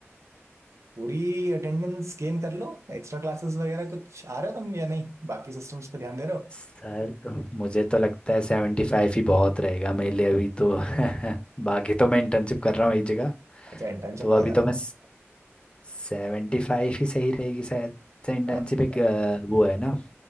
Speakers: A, on the right; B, on the left.
A: पूरी अटेंडेंस गेन कर लो एक्स्ट्रा क्लासेस वगैरह कुछ आ रहे हो तुम या नहीं बाकी सिस्टम्स पे ध्यान दे रहे हो
B: सर मुझे तो लगता है सेवेंटी फाइव ही बहुत रहेगा मेरे लिए अभी तो <laughs> बाकी तो मैं इंटर्नशिप कर रहा हूँ एक जगह
A: अच्छा इंटर्नशिप
B: तो
A: कहाँ
B: अभी
A: कर
B: तो
A: रहे
B: मैं
A: हो
B: सेवेंटी फाइव ही सही रहेगी शायद सर इंटर्नशिप
A: काफी
B: एक
A: का
B: अ, वो है ना